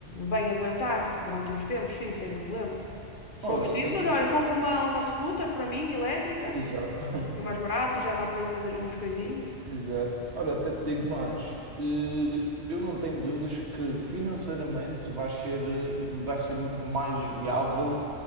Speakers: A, on the left (about 45°); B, on the right (about 65°).
A: bem aguentar durante uns tempos, sim, sem problema. Se
B: Ora,
A: for preciso,
B: até te-
A: olha, olha, compro uma, uma scooter para mim, elétrica,
B: Exato.
A: que é mais barato e já dá para ir fazer as minhas coisinhas.
B: <laughs> Exato. Ora, até te digo mais. Eh, Eu não tenho dúvidas que financeiramente vai ser, eh, vai ser mais viável